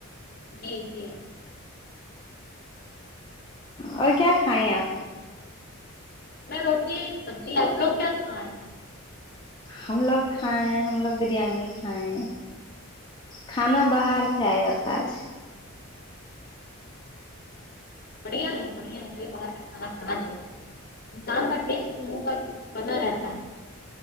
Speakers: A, on the left (about 45°); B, on the left (about 20°).
A: جی جی
B: اور کیا کھائیں آپ
A: میں روٹی سبزی آپ لوگ کیا کھائیں
B: ہم لوگ کھائیں ہم لوگ بریانی کھائیں کھانا باہر سے آیا تھا آج
A: بڑھیا ہے بڑھیا ہے کبھی باہر کا کھانا کھانا چاہیے انسان کا ٹیسٹ منہ کا بنا رہتا ہے